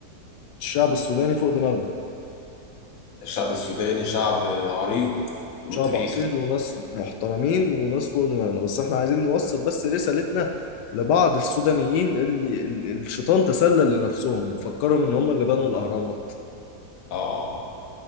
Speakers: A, on the left; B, on the left.
A: الشعب السوداني فوق دماغنا
B: الشعب السوداني شعب عريق وله
A: شعب
B: تاريخ
A: أصيل وناس محترمين وناس فوق دماغنا بس احنا عايزين نوصل بس رسالتنا لبعض السودانيين اللي ال- الشيطان تسلل لنفسهم وفكرهم ان هم اللي بنوا الأهرامات
B: آه